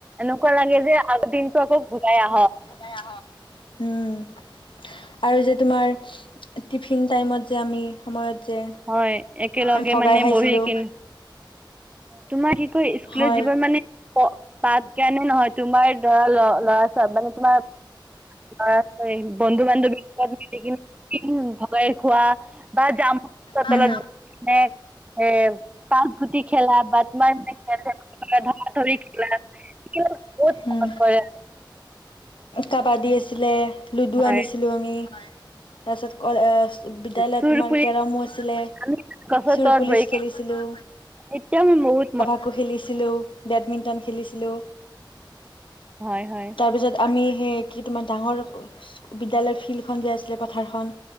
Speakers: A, on the right (about 15°); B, on the left (about 80°).
A: এনেকুৱা লাগে যে আগৰ দিনটো আকৌ ঘূৰাই আহক।
B: যায় আহক, উম। আৰু যে তোমাৰ টিফিন টাইমত যে আমি সময়ত যে
A: হয়। একেলগে
B: আমি ভগাই
A: মানে
B: খাইছিলোঁ।
A: বহি কিন তোমাৰ কি কয় ইস্কুলৰ
B: তোমাৰ
A: জীৱন মানে পাঠ জ্ঞানো নহয় তোমাৰ দৰা ল' ল'ৰা-ছোৱা মানে তোমাৰ ল'ৰা <unintelligible> বন্ধু-বান্ধৱী <unintelligible> ভগাই খোৱা বা জামু গছৰ
B: হুম।
A: তলত বহি মানে এ পাঁচ গুটি খেলা বা তোমাৰ খেল ধৰা ধৰি খেলা। এতিয়া ও বহুত
B: হুম।
A: মনত পৰে।
B: কাবাডী আছিলে লুডু
A: হয়
B: আনিছিলোঁ। লো আমি তাৰপিছত কয় অহ বিদ্যালয়ত
A: চুৰ
B: তোমাৰ
A: পুৰি
B: কেৰামো আছিলে
A: আমি গছৰ
B: চোৰ
A: তলত
B: পুলিচ
A: বহি
B: খেলিছিলোঁ।
A: এতিয়াও বহুত মন
B: কুকু খেলিছিলোঁ বেডমিণ্টন খেলিছিলোঁ।
A: হয় হয়।
B: তাৰপিছত আমি সেই কি তোমাৰ ডাঙৰ বিদ্যালয়ৰ ফিল্ডখন যে আছিলে পাথাৰখন।